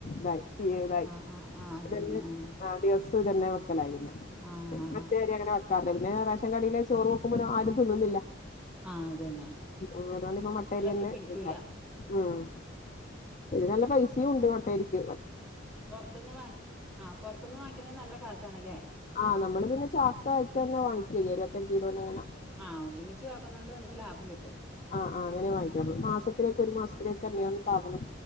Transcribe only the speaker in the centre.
ആ ആ ആ അതന്നെ
ആ
ആ
ആ
ആ അതന്നെ
ചിലർക്ക് പിടിക്കൂല
പൊർത്ത്ന്ന് വാങ്ങി ആഹ് പൊർത്ത്ന്ന് വാങ്ങിക്കുന്നതിന് നല്ല കാശാണ്ല്ലേ
ആഹ് ഒരുമിച്ച് വാങ്ങ്ക്കുന്നോണ്ട് നമുക്ക് ലാഭം കിട്ടും